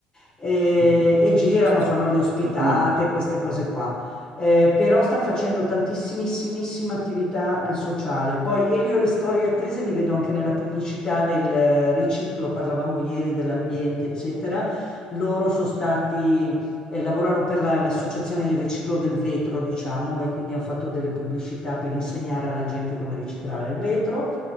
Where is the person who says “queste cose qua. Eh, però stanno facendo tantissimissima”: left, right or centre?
Left